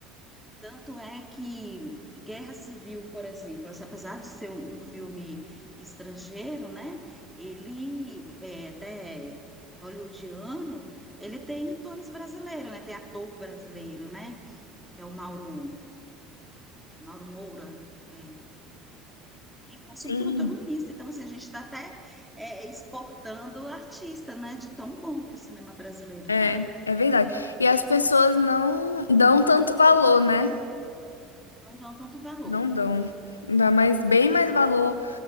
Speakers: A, in the centre; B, on the left.
A: Tanto é que Guerra Civil, por exemplo, assim, apesar de ser um um filme estrangeiro, né? Ele é até hollywoodiano, ele tem atores brasileiros, né? Tem ator brasileiro, né? Que é o Mauro, Mauro Moura. é. E faz o
B: sim.
A: protagonista. Então, assim, a gente está até é, exportando o artista, né? De tão bom que o cinema brasileiro
B: É,
A: tá.
B: é verdade. E as pessoas não dão tanto valor, né?
A: Não dá tanto valor.
B: Não dão. Dá mais, bem mais valor